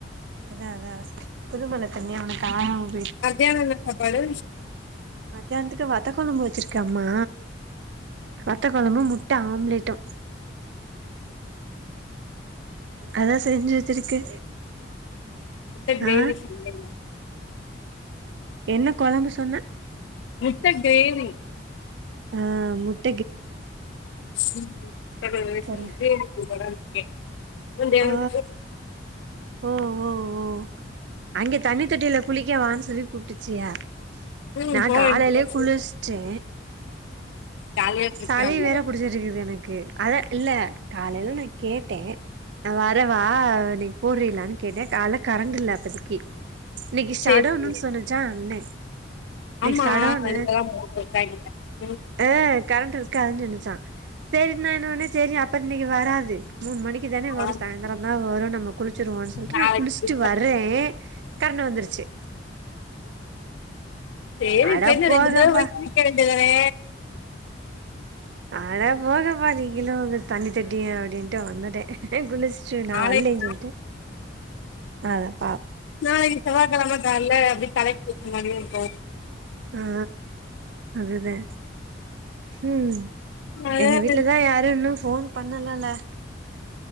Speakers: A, on the right; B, on the left.
A: அதா அதா புது மழ தண்ணி அவனக்கு ஆவ்
B: மத்தியானோ என்ன சாப்பாடு
A: மத்தியானத்துக்கு வத்த குழம்பு வச்சிருக்கு அம்மா வத்த குழம்பு முட்ட ஆம்லெட்டும் அதா செஞ்சு வெச்சிருக்கு
B: முட்ட கிரேவி
A: அ
B: செஞ்சே
A: என்ன குழம்பு சொன்ன
B: முட்ட கிரேவி
A: அ முட்
B: முட்ட கிரேவி செஞ்சு
A: சரி
B: சூப்பராருந் எ கொஞ்சோ எனக்கு
A: ஓ
B: போ
A: ஓ ஓ ஓ அங்கே தண்ணி தொட்டில குளிக்க வான்னு சொல்லி கூப்ட்டிச்சிக
B: ம்
A: நா
B: போக
A: காலையிலயே
B: வேண்டியது
A: குளிச்ட்டே
B: தானே ஜாலியா இருந்துக்கலாம்ல
A: சளி வேற புடிச்சிருக்குது எனக்கு அத இல்ல காலேயில எனக் கேட்டே நா வரவா இன்னைக்கி போறேலான்னு கேட்டே கால்ல கரண்ட் இல்ல அப்பதிக்கி இன்னைக்கி ஷட்டவுன்னு
B: சேரி சேரி
A: சொன்னுச்சா அண்ணை இன்னைக்கி
B: ஆமா
A: ஷட்டவுனு
B: இதெல்லாம் போட்ருக்காய்ங்க. ம்
A: அ கரண்ட் இருக்காது நெனைச்சோ சேரின் நா என்ன பண்ண சேரி அப்பற நீக் இங்க வராது மூணு மணிக்கு தானே வரு
B: ஆமா
A: சாய்ந்தரோ தா வரு நம்ம குளிச்சிருவோம்னு சொல்லிட்டு
B: நாளைக்கு
A: நா குளிச்சுட்டு வர்றே கரண்டு வந்துருச்சு
B: சேரி
A: அட
B: இப்ப என்ன
A: போங்கப்பா
B: ரெண்டு தடவ போய் குளிக்க வேண்டியதானே
A: அட போங்கப்பா நீங்களு உங்க தண்ணி தேடியா அப்படின்ட்டு வந்துட்டே குனிச்சிட்டு நா
B: நாளைக்கு
A: வல்லே சொல்லிட்டு ஆ
B: நா இனி செவ்வா கிழம கால அப்டி தலைக்கு மதியோ போ
A: ஆ அதுதே ம்
B: அதா
A: எங்க வீட்லதா
B: என்ன பண்றது
A: யாரு இன்னு ஃபோன் பண்ணலல